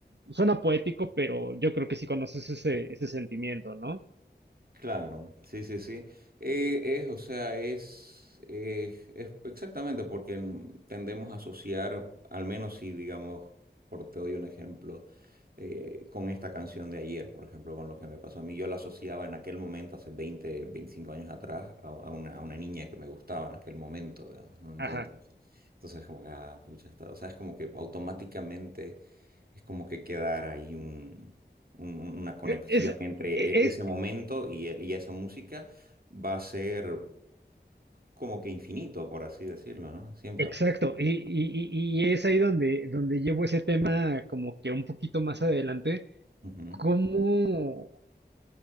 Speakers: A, on the right; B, on the right.
A: suena poético, pero yo creo que sí conoces ese, ese sentimiento, ¿no?
B: Claro, sí, sí, sí. Eh, es, o sea, es, eh, es exactamente porque en- tendemos a asociar, al menos si, digamos, por te doy un ejemplo, eh, con esta canción de ayer, por ejemplo, con lo que me pasó a mí, yo la asociaba en aquel momento, hace 20, 25 años atrás, a, a una, a una niña que me gustaba en aquel momento, ¿verdad? Entonces,
A: Ajá.
B: entonces como que, ah, pucha, esta- o sea, es como que automáticamente es como que quedar ahí un, un- una conexión
A: E, Es,
B: entre
A: e,
B: e-
A: es,
B: ese momento y, el- y esa música va a ser como que infinito, por así decirlo, ¿no? Siempre.
A: exacto, y, y, y y es ahí donde, donde llevo ese tema como que un poquito más adelante,
B: Ujú,
A: cómo